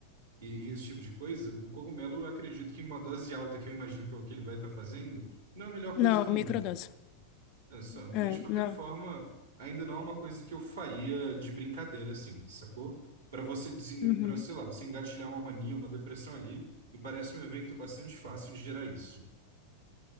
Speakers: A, on the right; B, on the left.
A: e, e esse tipo de coisa, o cogumelo, eu acredito que em uma dose alta, que eu imagino que é o que ele vai estar fazendo, não é a melhor
B: Não,
A: coisa do mundo.
B: microdose.
A: É só, mas
B: É,
A: de qualquer
B: não.
A: forma, ainda não é uma coisa que eu faria de brincadeira, assim, sacou? Para você, desen-
B: Uhum.
A: pra, sei lá, você engatilhar uma mania, uma depressão ali, me parece um evento bastante fácil de gerar isso.